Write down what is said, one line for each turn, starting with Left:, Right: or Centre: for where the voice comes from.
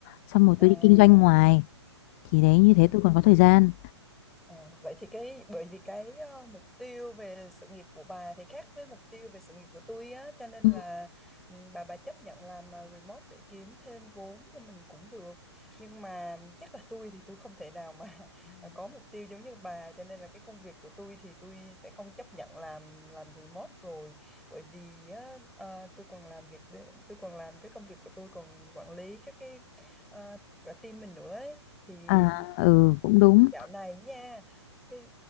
Left: xong rồi
Centre: à
Left: tôi đi kinh doanh ngoài
Centre: ừ
Left: thì đấy như thế
Centre: ừ
Left: tôi còn có thời gian
Centre: Ờ, vậy thì cái bởi vì cái ờ, mục tiêu về sự nghiệp của bà thì khác với mục tiêu về sự nghiệp của tôi á cho nên
Left: Ừ.
Centre: là ừ, bà bà chấp nhận làm ờ, remote để kiếm thêm vốn cho mình cũng được nhưng mà chắc là tôi thì tôi không thể nào mà <laughs> có mục tiêu giống như bà cho nên là cái công việc của tôi thì tôi sẽ không chấp nhận làm làm remote rồi bởi vì á, ờ, tôi còn làm việc để- tôi còn làm cái công việc của tôi còn quản lý các cái ờ, cả team mình nữa ấy. thì
Left: à ừ cũng đúng
Centre: Dạo này nha, cái